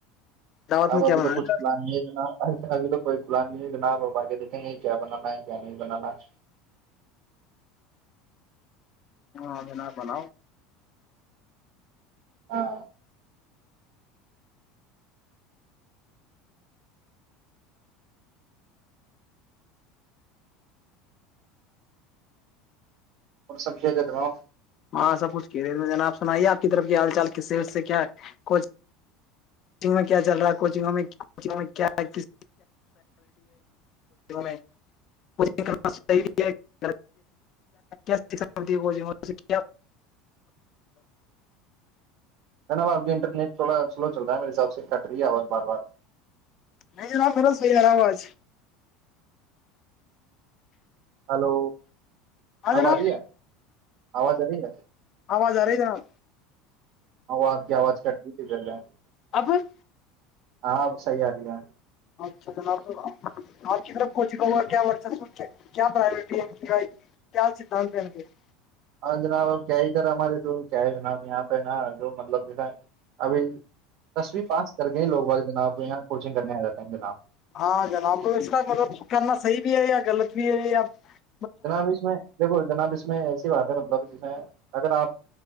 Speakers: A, on the left (about 45°); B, on the right (about 55°).
A: دعوت
B: اب
A: میں
B: ابھی
A: کیا بنا
B: تو
A: رہے
B: کچھ پلان نہیں اتنا ابھی تو کوئی بلانی ہے جناب اپ آگے دیکھیں گے کیا بنانا ہے کیا نہیں بنانا <unintelligible>
A: ہاں انار با نا <unintelligible>
B: ہاں <unintelligible> اور سمشے دیتنا <unintelligible>
A: ہاں سب کچھ کھی رہے تھ جا آپ سنائیے آپ کی طرف حال چال کس سے سے کیا کوچ چنگ میں کیا چل رہا ہے کوچنگ میںچنگ کیا کیا ہےچگ میںچگ کرنا صحیح کیاتی ہےچگ
B: ن آپ کے انٹرنیٹ تھوڑا سلو چل رہا ہے میرے حساب سے کٹ رہی ہے آواز بار بار
A: نہیں ب میرا صحی ہے رہا آواز
B: ہلو
A: ہاں
B: آب
A: جناب
B: آ رہی ہے آواز آ رہی ہے
A: آواز آ رہی ہے جناب
B: آواز کی آواز کٹ رہی جھیک ال <unintelligible>
A: اب <unintelligible>
B: ہاں وہ صحیح آ رہی ہے <unintelligible>
A: اچھا جناب آپ کی طرف کوچگا ہو اور کیاہ کیا پرورٹی کی کیا سدھانت انے <unintelligible>
B: ہاں جناب کیا ادھر ہمارے تو کیا ہے جناب یہاں پہ نا جو مطلب دا ابھی تسو پاس کر گئے لوگ باگ جناب یہاں کوچنگ کرنے آ جاتے ہیں جناب
A: ہاں جناب تو اس کا مطلب کرنا صحی بھی ہے یا <unintelligible> غلط بھی ہے یاپ <unintelligible>
B: جناب اس میں دیکھو جناب اس میں ایسی بات ہے مطلب جس میں اگر آپ